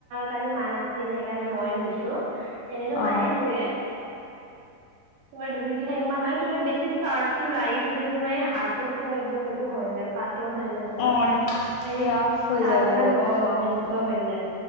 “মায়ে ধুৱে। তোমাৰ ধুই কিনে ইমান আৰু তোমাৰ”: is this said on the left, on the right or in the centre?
Right